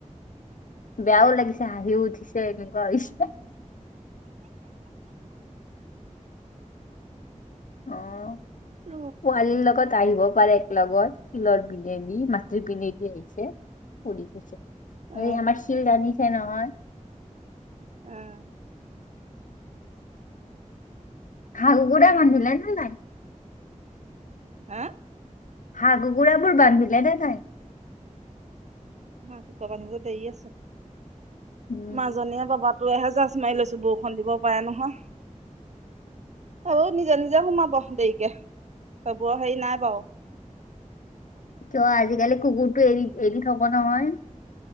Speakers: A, on the left; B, on the right.
A: বেয়াও লাগিছ <unintelligible> হৈছে। অ',
B: অ'
A: পোৱালিৰ লগত আহিব <unintelligible> লগত শিলৰ পিনে দি মাটিৰ পিনে দি আহিছে পৰি গৈছে।
B: অ'
A: আমাৰ শিল ৰানি চে নহয়।
B: অহ।
A: <unintelligible> বান্ধিলে নে নাই?
B: হা?
A: হাঁহ কুকুৰাবোৰ বান্ধিলে নে নাই?
B: হাঁহ কুকুৰা বান্ধিব দেৰি আছে।
A: উম
B: মাজনীয়ে বাবা ত এহেজাৰ চ মাৰি লৈছো বৰষুণ দিব পাৰে নহয় অ', নিজে নিজে সোমাব। দেয়িকে <unintelligible> বাউ
A: কিয় আজিকালি কুকুৰতটো এৰি এৰি থব নহয়